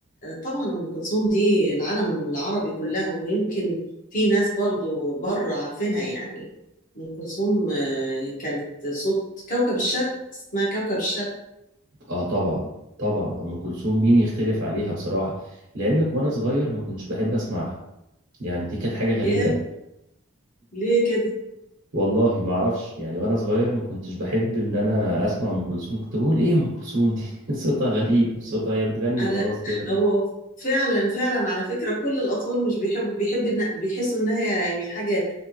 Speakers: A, on the left (about 40°); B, on the right (about 60°).
A: طبعا ام كلثوم دي العالم العربي كلها ويمكن في ناس برضو بره عارفينها يعني ام كلثوم آه، كانت صوت كوكب الشرق اسمها كوكب الشرق
B: اه طبعا طبعا ام كلثوم مين يختلف عليها بصراحه لعلمك وانا صغير ما كنتش بحب اسمعها يعني دي كانت حاجه غريبه
A: ياه
B: أوي.
A: ليه كده
B: والله ما اعرفش يعني وانا صغير ما كنتش بحب ان انا اسمع ام كلثوم كنت بقول ايه ام كلثوم دي <laughs> صوتها غريب صوتها هي بتغني
A: على
B: وخلاص كده
A: <laughs> هو فعلا فعلا على فكرة كل الأطفال مش بيحبوا بيحب إن- بيحسوا إنها يعني حاجة